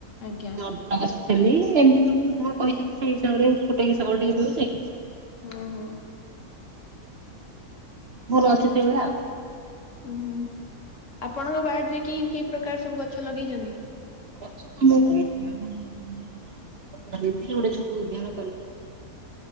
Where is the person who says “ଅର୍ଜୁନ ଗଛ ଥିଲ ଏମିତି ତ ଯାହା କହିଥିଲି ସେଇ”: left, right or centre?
Right